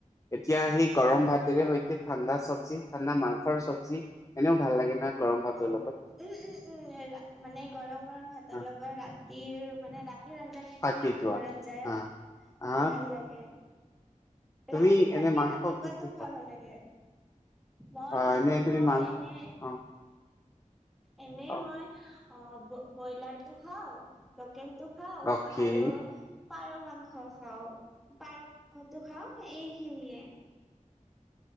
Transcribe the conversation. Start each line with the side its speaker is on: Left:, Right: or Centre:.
Left: এতিয়া আহি। গৰম ভাতেৰে সৈতে ঠাণ্ডা চব্জি ঠাণ্ডা মাংসৰ চব্জি এনেও ভাল লাগে নহয়। ও ভাতৰ
Centre: অ
Left: লগত
Centre: উম, উম, উম মানে গৰম গৰম ভাতৰ
Left: আহ
Centre: লগত ৰাতিৰ মানে ৰাতি আঞ্জানে
Left: থাকি
Centre: মাংসৰ
Left: যোৱা
Centre: আঞ্জাই
Left: আহ
Centre: উম
Left: আহ
Centre: ভাল লাগে।
Left: তুমি
Centre: ৰাতি খোৱাতকে
Left: এনে মাংস
Centre: ৰাতিপুৱাতো
Left: কি কি
Centre: খোৱা ভাল লাগে। মই
Left: অ
Centre: মাংস
Left: এনে তুমি
Centre: এনে।
Left: অ
Centre: এনেই
Left: অ
Centre: মই অ ব্ৰইলাৰ টো খাওঁ লোঁকেলটো খাও
Left: অকে
Centre: আৰু পাৰ মাংস খাওঁ পাৰ মাংসটো খাও এই খিনিয়ে।